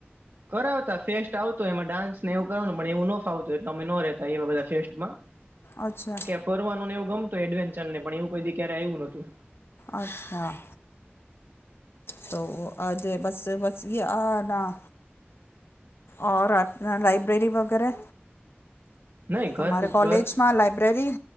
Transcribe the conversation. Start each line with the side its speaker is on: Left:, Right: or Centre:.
Right: કરાવતા, ફેસ્ટ આવતો એમાં ડાન્સને એવું કવાનું મને એવું નો ફાવતું એટલે અમે નો રહેતા બધા ફેસ્ટમાં
Left: અચ્છા.
Right: ફરવાનુંન એવું ગમતું એડવેન્ચરને પણ એવું કોઈ દિ ક્યારે આવ્યું નહતું
Left: અચ્છા. તો આજે બસ બસ આ ડા ઓ રાતના લાઈબ્રેરી વગેરે
Right: નહી
Left: તમારે
Right: ઘર
Left: કોલેજમાં
Right: ઘર
Left: લાઇબ્રેરી